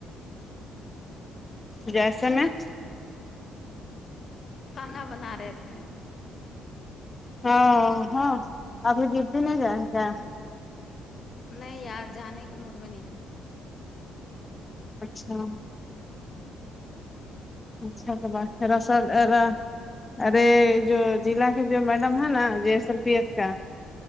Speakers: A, on the left; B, on the left.
A: جیسے میں
B: کھانا بنا رہے تھے
A: ہاں ہاں ابھی ڈیوٹی نہیں جائے گا
B: نہیں یار جانے کے موڈ میں نہیں ہے
A: اچھا اچھا کے بات دراصل ارا ارے جو ضلع کے جو میڈم ہے نا J S L P F کا